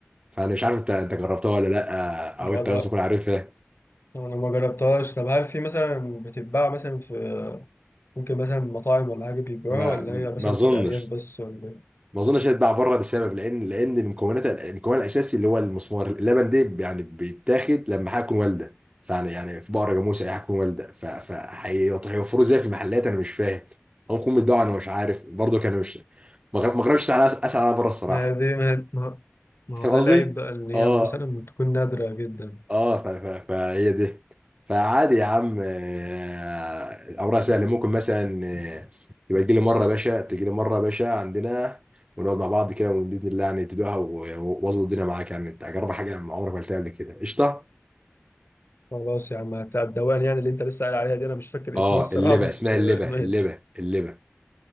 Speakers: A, on the right; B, on the left.
A: فانا مش عارف انت انت جربتها ولا لا
B: أنا
A: او انت
B: بقى
A: مثلا تكون عارفها
B: أنا ما جربتهاش طب هل في مثلا بتتباع مثلا في ممكن مثلا مطاعم ولا حاجة بيبيعوها
A: ما
B: ولا هي مثلا
A: ما اظنش
B: في الأرياف بس ولا إيه؟
A: ما اظنش هيتباع بره لسبب لان لان مكونات المكون الاساسي اللي هو المسمار اللبن ده يعني بيتاخد لما حاجه تكون والده فيعني يعني في بقره جاموسه اي حاجه تكون والده ف- فهي- هيوفروه ازاي في المحلات انا مش فاهم او يكون بيتباعوا انا مش عارف برضه كان مش ما غ- ما جربتش اسال اسال على بره الصراحه
B: ما هي دي ما هي- ما هو ما
A: فاهم
B: هو ده
A: قصدي؟
B: العيب بقى إن هي
A: اه
B: مثلا تكون نادرة جدا
A: اه ف- ف- فهي دي فعادي يا عم آه، امرها سهل ممكن مثلا آه، تبقى تجي لي مره يا باشا تجي لي مره يا باشا عندنا ونقعد مع بعض كده باذن الله يعني تدوقها و- و- واظبط الدنيا معاك يعني انت اجرب حاجه ما عمرك ما قلتها قبل كده قشطه
B: خلاص يا عم بتاع الدوان يعني اللي انت لسه قايل عليها دي انا مش فاكر
A: اه
B: اسمها الصراحه
A: اللبه
B: بس
A: اسمها
B: <laughs> آه،
A: اللبه
B: ماشي
A: اللبه اللبه